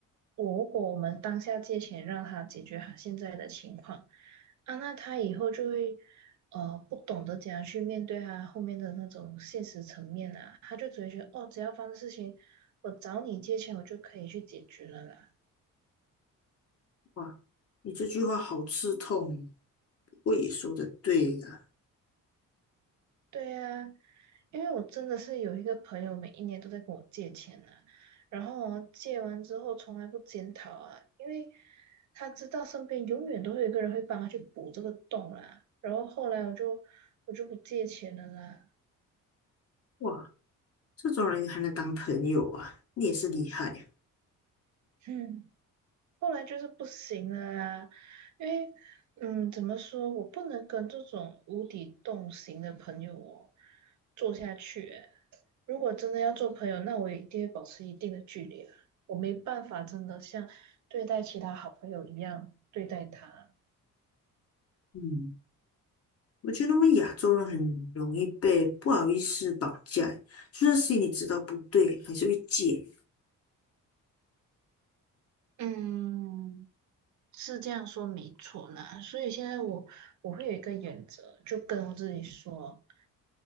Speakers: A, on the right; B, on the left.
A: 我如果我们当下借钱让他解决他现在的情况啊，那他以后就会呃不懂得怎样去面对他后面的那种现实层面啊，他就只会觉得哦，只要发生事情，我找你借钱我就可以去解决了啦。
B: 哇，你这句话好刺痛哦，不过也说的对了。
A: 对呀、因为我真的是有一个朋友，每一年都在跟我借钱啊，然后哦借完之后从来不检讨啊，因为他知道身边永远都会有一个人会帮他去补这个洞啦。然后后来我就我就不借钱了啦，
B: 哇，这种人还能当朋友啊，你也是厉害呀。
A: 嗯，后来就是不行了啦，因为嗯，怎么说，我不能跟这种无底洞型的朋友哦做下去欸如果真的要做朋友，那我一定会保持一定的距离啊。我没办法真的像对待其他好朋友一样对待他。
B: 嗯，我觉得我们亚洲人很容易被不好意思绑架，就算心里知道不对，还是会借。
A: 嗯，是这样说没错啦。所以现在我我会有一个原则，就跟我自己说，